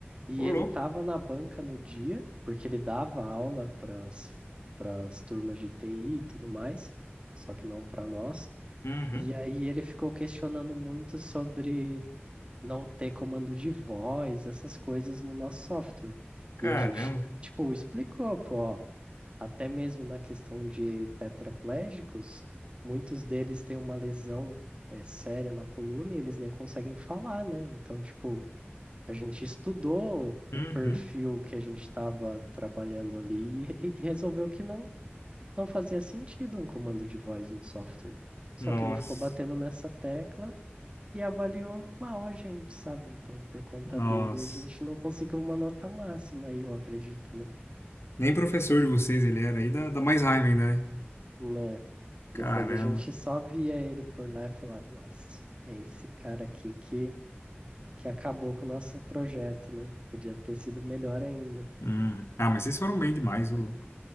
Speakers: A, on the right (about 25°); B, on the left (about 85°).
A: E
B: Ô,
A: ele
B: louco.
A: estava na banca no dia, porque ele dava aula para as turmas de TI e tudo mais, só que não para nossa.
B: Uhum.
A: E aí ele ficou questionando muito sobre não ter comando de voz, essas coisas no nosso software.
B: Caramba.
A: E a gente, tipo, explicou, pô, ó, até mesmo na questão de tetraplégicos, muitos deles têm uma lesão, eh, séria na coluna e eles nem conseguem falar, né? Então, tipo a gente estudou
B: Uhum.
A: o perfil que a gente estava trabalhando ali e, e e resolveu que não, não fazia sentido um comando de voz no software. Só
B: Nossa.
A: que ele ficou batendo nessa tecla e avaliou mal a gente, sabe? Então, por conta
B: Nossa.
A: dele, a gente não conseguiu uma nota máxima aí, eu acredito, né?
B: Nem professor de vocês ele era aí, dá, dá mais raiva ainda, né?
A: Né?
B: Caramba.
A: Depois a gente só via ele por lá e falava, nossa, é esse cara aqui que, que acabou com o nosso projeto, né? Podia ter sido melhor ainda.
B: Hum. Ah, mas vocês foram bem demais, ô louco.